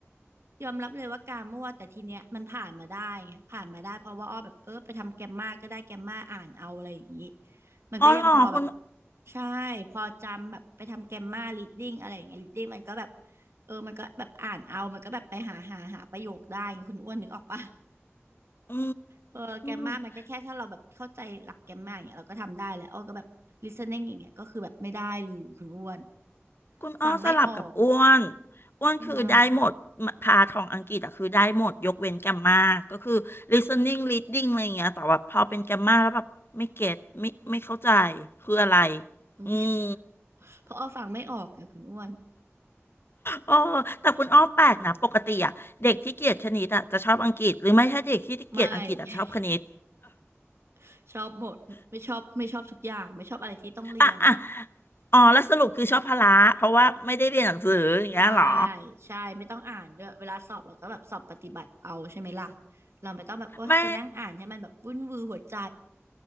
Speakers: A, on the right; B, on the left.
A: ยอมรับเลยว่ากามั่วแต่ทีเนี้ยมันผ่านมาได้ไงผ่านมาได้เพราะว่าอ้อแบบเออไปทำแกมมาก็ได้แกมมาอ่านเอาอะไรอย่างนี้มันก็ยังพอแบบ
B: อ๋อเหรอคุณ
A: ใช่พอจำแบบไปทำแกมมา reading อะไรอย่างเงี้ย reading มันก็แบบเออมันก็แบบอ่านเอามันก็แบบไปหาหาหาประโยคได้ไงคุณอ้วนนึกออกปะ
B: อื
A: เออแกมมามันก็แค่ถ้าเราแบบเข้าใจหลักแกมมาอย่างเงี้ยเราก็ทำได้แหละอ้อก็แบบ
B: ม
A: listening อย่างเงี้ยก็คือแบบไม่ได้เลยคุณอ้วน
B: คุณอ้อสลับกับอ้วน
A: ฟังไม่ออก
B: อ้วนคือได้หมด
A: ทำไม
B: พาทองอังกฤษอะคือได้หมดยกเว้นแกมมาก็คือ listening reading อะไรอย่างเงี้ยแต่ว่าพอเป็นแกมมาแล้วแบบไม่เก็ตไม่ไม่เข้าใจคืออะไร
A: อืม
B: อืม
A: <laughs> เพราะอ้อฟังไม่ออกไงคุณอ้วน
B: โอ้แต่คุณอ้อแปลกนะปกติอะเด็กที่เกลียดคณิตอะจะชอบอังกฤษหรือไม่ถ้าเด็กที่เกลียดอังกฤษอะชอบคณิต
A: ไม่ <laughs> ชอบหมดไม่ชอบไม่ชอบทุกอย่างไม่ชอบอะไรที่ต้องเรียนอะ
B: <laughs> อ่ะอ่ะอะอ๋อแล้วสรุปคือชอบพละเพราะว่าไม่ได้เรียนหนังสืออย่างเงี้ยเหรอ
A: ใช่ใช่ไม่ต้องอ่านด้วยเวลาสอบเราก็แบบสอบปฏิบัติเอาใช่ไหมล่ะเราไม่ต้องแบบโอ๊ยไปนั่งอ่านให้มันแบบวุ่นวือหัวใจ
B: ไม่